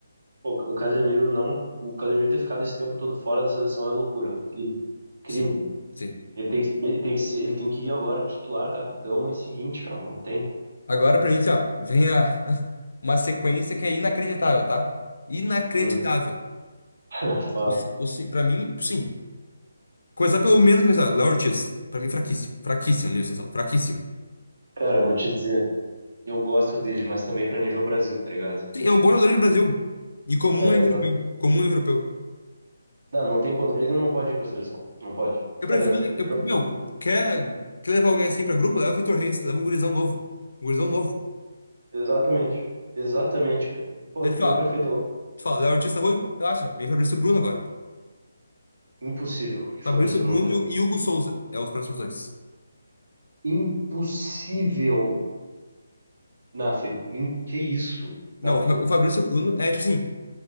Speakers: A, on the right (about 55°); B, on the left (about 80°).
A: pô, o Casemiro não, o Casemiro ter ficado esse tempo todo fora da seleção é loucura, é um crime, crime.
B: Sim, sim.
A: Ele tem que, ele tem que, ser- ele tem que ir agora titular, capitão e seguinte, ó, não tem.
B: Agora pra mim, assim, ó, vem a, <laughs> uma sequência que é inacreditável, tá? Inacreditável.
A: Hum. <laughs> Fala.
B: O, ci- o, ci- pra mim, sim. Começar pelo menos começar. Léo Ortiz. Pra mim, fraquíssimo. Fraquíssimo na situação. Fraquíssimo.
A: Cara, eu vou te dizer, eu gosto dele, mas também pra nível Brasil, tá ligado?
B: Sim, é um bom jogador do Brasil. E comum
A: É,
B: é europeu.
A: exato.
B: Comum é europeu.
A: Não, não tem, con- ele não pode ir pra seleção, não pode.
B: Eu prefiro.
A: Cara,
B: Eu,
A: jo-
B: meu, quer, quer levar alguém assim pra grupo? Leva o Vitor Reis. Leva um gurizão novo. Um gurizão novo.
A: Exatamente. Exatamente, cara. Pô,
B: Daí
A: tu
B: tu fala,
A: foi perfeito agora.
B: tu fala, Léo Ortiz tá ruim? Relaxa. Vem Fabrício Bruno agora.
A: Impossível que
B: Fabrício
A: o Fabrício
B: Bruno
A: Bruno tá.
B: e o e Hugo Souza. É os próximos dois.
A: Impossível. Não, feio. Im- Que isso?
B: Não,
A: Não.
B: o Fa- o Fabrício Bruno é tipo assim.